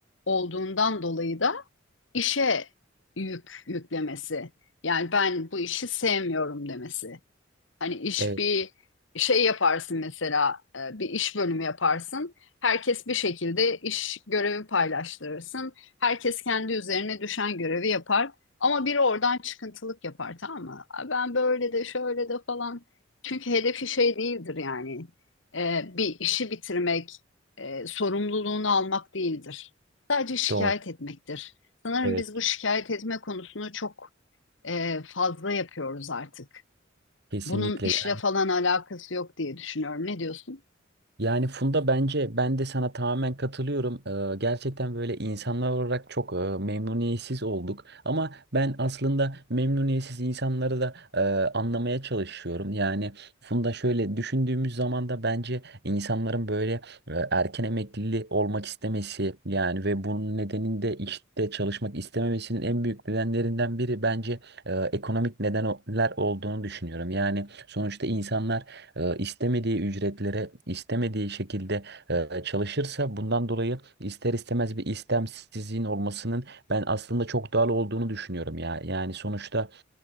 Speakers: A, on the left; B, on the right.
A: olduğundan dolayı da işe yük yüklemesi. Yani ben bu işi sevmiyorum demesi. Hani iş
B: Evet,
A: bir şey yaparsın mesela e, bir iş bölümü yaparsın. Herkes bir şekilde iş görevi paylaştırırsın. Herkes kendi üzerine düşen görevi yapar. Ama biri oradan çıkıntılık yapar tamam mı? "Aa, Ben böyle de şöyle de falan. Çünkü hedefi şey değildir yani. E, bir işi bitirmek, e, sorumluluğunu almak değildir. Sadece şikayet
B: doğru.
A: etmektir. Sanırım
B: Evet,
A: biz bu şikayet etme konusunu çok e, fazla yapıyoruz artık.
B: kesinlikle.
A: Bunun işle falan alakası yok diye düşünüyorum. Ne diyorsun?
B: Yani Funda bence ben de sana tamamen katılıyorum. Ee, gerçekten böyle insanlar olarak çok e, memnuniyetsiz olduk. Ama ben aslında memnuniyetsiz insanları da e, anlamaya çalışıyorum. Yani Funda şöyle düşündüğümüz zaman da bence insanların böyle e, erken emekliliği olmak istemesi yani ve bunun nedeninde işte çalışmak istememesinin en büyük nedenlerinden biri bence e, ekonomik nedenler olduğunu düşünüyorum. Yani sonuçta insanlar e, istemediği ücretlere istemediği şekilde e, çalışırsa bundan dolayı ister istemez bir istemsizliğin olmasının ben aslında çok doğal olduğunu düşünüyorum ya. Yani sonuçta